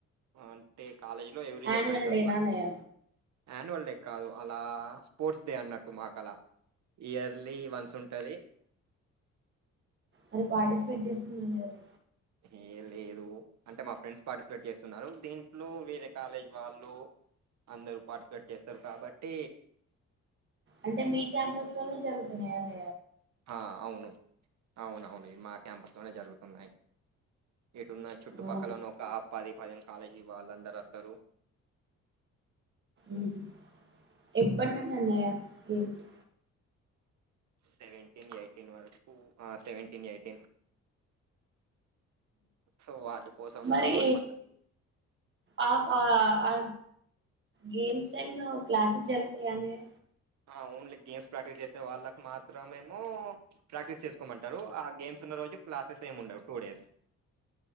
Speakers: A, on the right; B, on the right.
A: ఆ అంటే కాలేజీ లో ఎవ్రీ
B: యాన్యువల్
A: ఇయర్ పెడతారు
B: డేనా
A: అట్లా
B: అన్నయ్య
A: యాన్యువల్ డే కాదు అలా స్పోర్ట్స్ డే అన్నట్టు మాకు అలా ఇయర్ లీ వన్స్ ఉంటది
B: అరే పార్టిసిపేట్ చేస్తు ఉనేరు.
A: ఏ లేదు అంటే మా ఫ్రెండ్స్ పార్టిసిపేట్ చేస్తున్నారు దీంట్లో వేరే కాలేజ్ వాళ్ళు అందరు పార్టిసిపేట్ చేస్తారు కాబట్టి.
B: అంటే మీ క్యాంపస్ లోనే జరుగుతున్నాయ అన్
A: అ అవును అవునవును ఇమా క్యాంపస్ లోనే జరుగుతున్నయి ఇటున్న చుట్టుపక్కలను
B: అవును
A: ఒక అ ప్పది పదిను కాలేజీ వాళ్ళందరు వస్తరు
B: ఉహు ఎప్పనుండి అన్నయ్య గేమ్స్
A: సెవెంటీన్ ఎయిటీన్ వరకు ఆ సెవెంటీన్ ఎయిటీన్ సో వాటి కోసం
B: మరి
A: ఒక వన్ మంత్
B: ఆ ఆ ఆ గేమ్స్ టైమ్ లో క్లాసెస్ జరుగుతయ అన్నయ్య
A: ఆ ఓన్లీ గేమ్స్ ప్రాక్టీస్ చేసే వాళ్ళకు మాత్రమేమో ప్రాక్టీస్ చేసుకోమంటరు. ఆ గేమ్స్ ఉన్న రోజు క్లాసెస్ ఏం ఉండవు టూ డేస్